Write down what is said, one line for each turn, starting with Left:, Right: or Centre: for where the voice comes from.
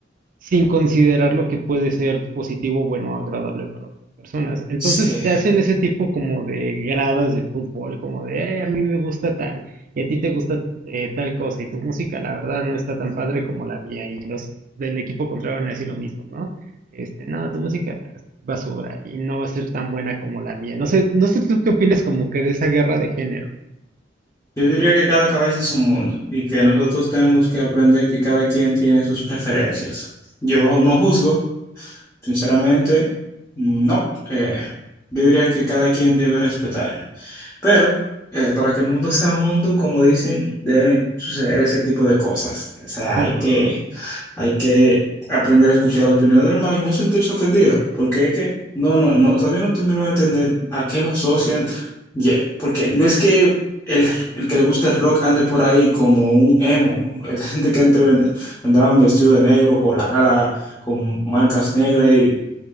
Right: sin considerar lo que puede ser positivo, bueno, agradable para otras personas. Entonces
Left: Sí.
Right: se hacen ese tipo como de gradas de fútbol, como de, "Eh, a mí me gusta tal, y a ti te gusta eh, tal cosa, y tu música, la verdad, no está tan padre como la mía, y los del equipo contrario van a decir lo mismo, ¿no? Este, no, tu música es basura y no va a ser tan buena como la mía. No sé, no sé tú qué opinas como que de esa guerra de género.
Left: Yo diría que cada cabeza es un mundo y que nosotros tenemos que aprender que cada quien tiene sus preferencias. Yo no juzgo, Sinceramente, no. Eh, yo diría que cada quien debe respetar. Pero eh, para que el mundo sea mundo, como dicen, deben suceder ese tipo de cosas. O sea,
Right: Concuerdo.
Left: hay que, hay que aprender a escuchar la opinión del demás y no sentirse ofendido. Porque es que, no, no, no, todavía no termino de entender a qué lo asocian. Ye- porque no es que el, el que le gusta el rock ande por ahí como un emo. <laughs> Esta gente que antes vend- andaban vestido de negro con la cara con marcas negras y